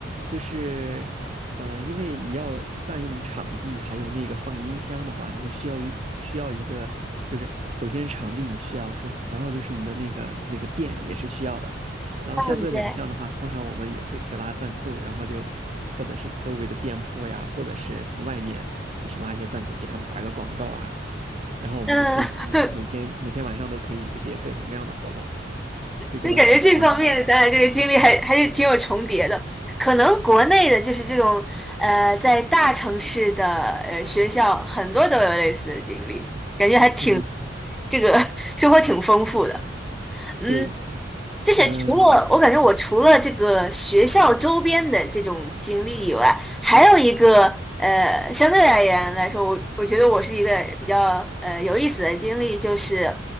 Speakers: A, on the right; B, in the centre.
A: 就是呃，因为你要占用场地，还有那个放音箱的话，你需要一需要一个，就是首先场地你需要是，然后就是你的那个那个店也是需要的。然后像这边的像的话，
B: 嗯对，
A: 通常我们也会去拉赞助，然后就或者是周围的店铺呀，或者是从外面就是拉一些赞助给他们打个广告啊，然后我们就可以每天每天晚上都可以有一些各种各样的活动，
B: 嗯。<laughs>
A: 就觉得很很好玩
B: 所以感觉这方面的咱俩这个经历还还是挺有重叠的。可能国内的就是这种呃，在大城市的呃学校，很多都有类似的经历，感觉还挺
A: 嗯，
B: 这个 <laughs> 生活挺丰富的。嗯，
A: 对，
B: 就是除了我感觉我除了这个学校周边的这种经历以外，
A: 嗯，
B: 还有一个呃，相对而言来说，我我觉得我是一个比较呃有意思的经历，就是